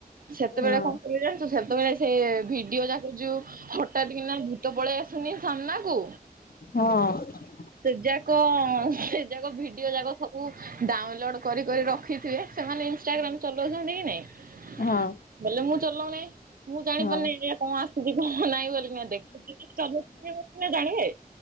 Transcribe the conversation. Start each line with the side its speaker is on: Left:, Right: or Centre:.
Right: ସେତେବେଳେ
Left: ହଁ
Right: କଣ କଲେ ଜାଣିଛୁ ସେତେବେଳେ ସେ ଭିଡିଓ ଯାକ ହଠାତ୍ କିନା ଭୁତ ପଳେଇ ଆସେନି ସାମ୍ନାକୁ।
Left: ହଁ।
Right: ସେ ଯାକ ସେ ଯାକ ଭିଡିଓ ଯାକ ସବୁ ଡାଉନଲୋଡ଼୍ କରିି କରି ରଖିଥିବେ ସେମାନେ ଇନଷ୍ଟାଗ୍ରାମ୍ ଚଲଉଛନ୍ତି କି ନାଇଁ।
Left: ହଁ।
Right: ବେଲେ ମୁଁ ଚଲଉନେଇ। ମୁଁ ଜାଣିପାରୁନି
Left: ହଁ
Right: ଏ କଣ ଆସୁଛି କଣ ନାଇଁ ବୋଲି କିନା ଦେଖୁଥିଲେ ଚାଲଉ ଥିଲେ ସିନା ଜାଣିବେ।